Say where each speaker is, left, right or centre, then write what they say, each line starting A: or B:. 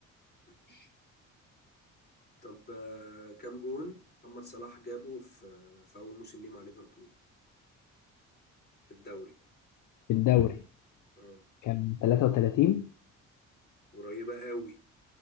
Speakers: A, on the left; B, on the left.
A: ماشي طب آه، كام جون محمد صلاح جابه في آه، في أول موسم ليه مع ليفربول في الدوري
B: الدوري
A: اه
B: كان 33
A: قريبة قوي